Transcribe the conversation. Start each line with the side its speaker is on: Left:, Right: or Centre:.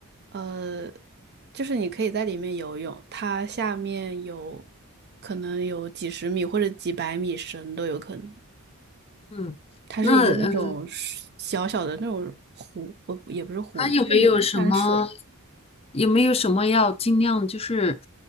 Right: 呃，就是你可以在里面游泳，它下面有可能有几十米或者几百米深都有可能。
Left: 嗯，
Right: 它是一个那种水小小的那种湖，
Left: 那呃，
Right: 不，也不是湖，
Left: 还有没有什么
Right: 就是一滩水。
Left: 有没有什么要尽量就是